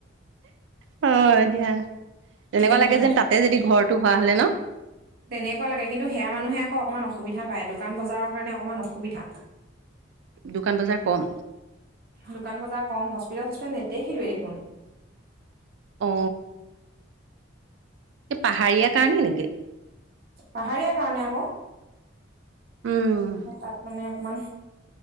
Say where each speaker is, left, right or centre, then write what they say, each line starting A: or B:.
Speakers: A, on the right (about 70°); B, on the right (about 50°).
A: হয় দিয়া এনেকুৱা
B: উম
A: লাগে যেন তাতে যদি ঘৰটো হোৱা হলে ন
B: তেনেকুৱা লাগে কিন্তু সেয়া মানুহে আকৌ অকমান অসুবিধা পায় দোকান বজাৰৰ কাৰণে অকমান অসুবিধা।
A: ন' দোকান বজাৰ কম।
B: দোকান বজাৰ কম সছ্ এবাৰ হোষ্টে নেদেখিলোয়ে দেখোন।
A: অ। এই পাহাৰীয়া কাৰণে নেকি?
B: পাহাৰীয়া কাৰণে আকৌ
A: উম।
B: সে তাত মানে অকমান